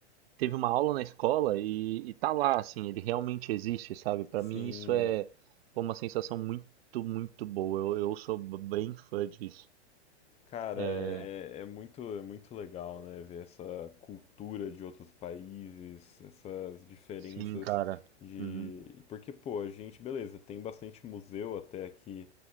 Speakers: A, on the right; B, on the left.
A: teve uma aula na escola e, e tá lá, assim, ele realmente existe, sabe? Pra
B: Sim,
A: mim isso é pô, uma sensação muito, muito boa. Eu, eu sou b- bem fã disso.
B: cara,
A: É,
B: é, é muito, é muito legal, né? Ver essa cultura de outros países, essas diferenças
A: sim, cara.
B: de.
A: Uhum.
B: Porque, pô, a gente, beleza, tem bastante museu até aqui